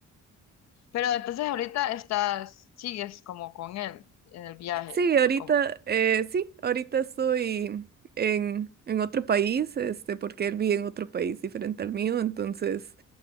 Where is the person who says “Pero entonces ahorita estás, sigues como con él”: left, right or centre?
Left